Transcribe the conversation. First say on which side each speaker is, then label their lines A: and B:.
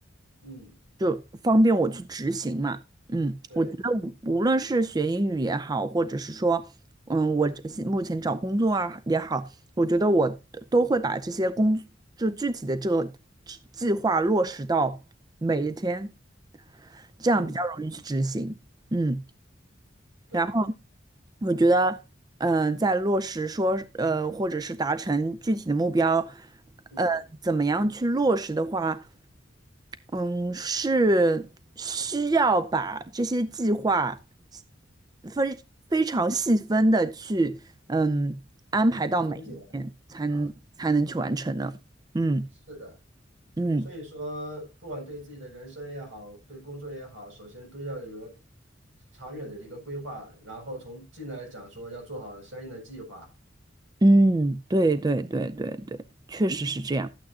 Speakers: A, on the right; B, on the right.
A: 嗯，
B: 就方便我去执行嘛。嗯，
A: 对，
B: 我觉得无无论是学英语也好，或者是说，嗯，我这些目前找工作啊也好，我觉得我都会把这些工作就具体的这个计计划落实到每一天，这样比较容易去执行。
A: 嗯
B: 嗯。
A: 对，
B: 然我觉得，嗯、在落实说，呃，或者是达成具体的目标，
A: 嗯，
B: 嗯，怎么样去落实的话，嗯，是需要把这些计划非非常细分的去，嗯，安排到每一天，
A: 去分解
B: 才能才能去完成的。
A: 啊，
B: 嗯
A: 是的。
B: 嗯。
A: 所以说，不管对自己的人生也好，对工作也好，首先都要有个长远的一个规划，然后从近来讲说要做好相应的计划。
B: 嗯，对对对对对，确实是这样。